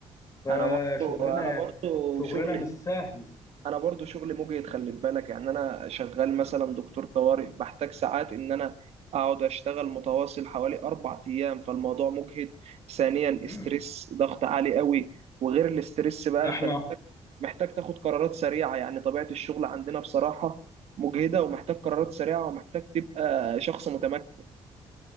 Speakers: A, on the left; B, on the right.
A: فشغلنا
B: انا برضو انا برضو
A: شغلنا
B: شغلي
A: مش سهل
B: انا برضو شغلي مجهد خلي بالك يعني انا شغال
A: مم.
B: مثلا دكتور طوارئ بحتاج ساعات ان انا اقعد اشتغل متواصل حوالي اربع ايام فالموضوع مجهد ثانيا
A: مم.
B: استرس ضغط عالي قوي وغير الاسترس بقى
A: احنا
B: انت محتاج تاخد قرارات سريعة يعني طبيعة الشغل عندنا بصراحة مجهدة ومحتاج قرارات سريعة ومحتاج تبقى شخص متمكن